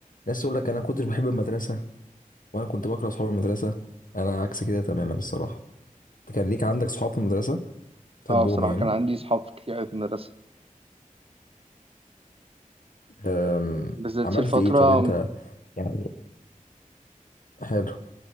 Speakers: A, on the left; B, on the right.
A: ناس تقول لك أنا كنتش بحب المدرسة وأنا كنت بكره أصحاب المدرسة أنا عكس كده تماما الصراحة أنت كان ليك عندك صحاب في المدرسة تحبهم
B: اه بصراحة
A: يعني
B: كان عندي صحاب كتير أوي في المدرسة
A: أم،
B: بالذات
A: عملت
B: في الفترة
A: إيه طب أنت يعني حلو